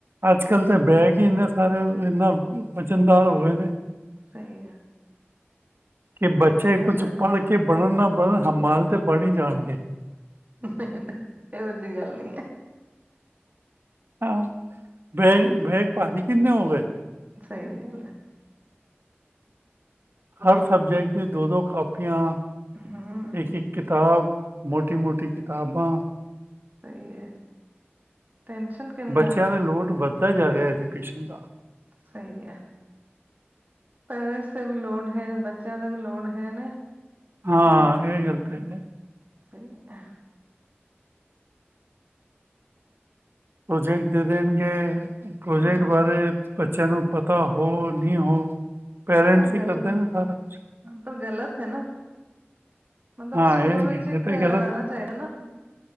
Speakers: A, on the right; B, on the right.
A: ਅੱਜ-ਕੱਲ ਤਾਂ ਬੈਗ ਈ ਏਨੇ ਸਾਰੇ, ਇੰਨਾ ਵਜਨਦਾਰ ਹੋ ਗਏ ਨੇ
B: ਸਈ ਆ
A: ਕਿ ਬੱਚੇ ਕੁਝ
B: ਦਾ
A: ਪੜ ਕੇ ਬਣਨ ਨਾ ਬਣਨ ਹਮਾਲ ਤਾਂ ਬਨ ਈ ਜਾਨਗੇ
B: ਨਈ-ਨਈ ਏਹੋ ਜੇਈ ਗੱਲ ਨੀ ਐ।
A: ਹਾਂ, ਬੈਗ-ਬੈਗ ਭਾਰੀ ਕਿੰਨੇ ਹੋ ਗਏ।
B: ਸਈ ਐ।
A: ਹਰ ਸਬਜੈਕਟ ਦੀ ਦੋ-ਦੋ ਕਾਪੀਆਂ,
B: ਹਮ
A: ਇੱਕ-ਇੱਕ ਕਿਤਾਬ ਮੋਟੀ-ਮੋਟੀ ਕਿਤਾਬਾਂ।
B: ਸਈ ਐ ਟੈਨਸ਼ਨ ਕਿੰਨਾ
A: ਬੱਚਿਆਂ
B: ਹੈ
A: ਦਾ ਲੋਡ ਵੱਧਦਾ ਜਾ ਰਿਉ ਐਜੂਕੇਸ਼ਨ ਦਾ।
B: ਸਈ ਐ। ਪੇਰੈਂਟਸ ਤੇ ਵੀ ਲੋੜ ਹੈ, ਬੱਚਿਆਂ ਤੇ ਵੀ ਲੋੜ ਹੈ ਨਾ।
A: ਹਾਂ,
B: <unintelligible>
A: ਇਹ ਗੱਲ ਤਾਂ ਹੈ।
B: ਸਈ ਐ।
A: ਪ੍ਰੋਜੈਕਟ ਦੇ ਦੇਣਗੇ, ਪ੍ਰੋਜੈਕਟ
B: ਹਮ
A: ਬਾਰੇ ਬੱਚਿਆਂ ਨੂੰ ਪਤਾ ਹੋ ਨੀ ਹੋ। ਪੇਰੈਂਟਸ
B: ਪਰ ਗੱਲ
A: ਹੀ ਕਰਦੇ ਨੇ ਸਾਰਾ ਕੁਛ।
B: ਪਰ ਗੱਲਤ ਹੈ ਨਾ। ਮਤਲਬ
A: ਹਾਂ,
B: ਸਕੂਲ
A: ਇਹ ਇਹ
B: ਵਿੱਚ ਇੱਕ
A: ਤਾਂ
B: ਰੇਣਾ
A: ਗਲਤ
B: ਚਾਈਦਾ ਨਾ